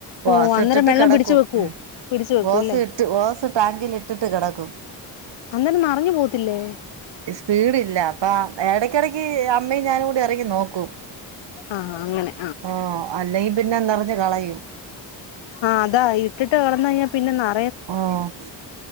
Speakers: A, on the left; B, on the right.
A: ഓ
B: ഓസ്
A: അന്നേരം
B: ഇട്ട്ട്ട്
A: വെള്ളം
B: കെടക്കും
A: പിടിച്ചു വെക്കുവോ
B: ഉം
A: പിടിച്ചു വെക്കും
B: ഓസ്
A: അല്ലേ
B: ഇട്ട് ഓസ് ടാങ്കിലിട്ട്ട്ട് കെടക്കും
A: അന്നേരം മറിഞ്ഞ് പോവത്തില്ലേ
B: സ്പീഡ് ഇല്ല അപ്പ എടക്കെടക്ക് അമ്മയും ഞാനും കൂടി എറങ്ങി നോക്കും
A: ആഹ് അങ്ങനെ
B: ആഹ് അല്ലെങ്കി പിന്നെ നെറെഞ്ഞ് കളയും
A: ആഹ് അതാ ഇട്ട്ട്ട് കെട്ന്നയ്ഞ്ഞാ പിന്നെ ന
B: ഓഹ്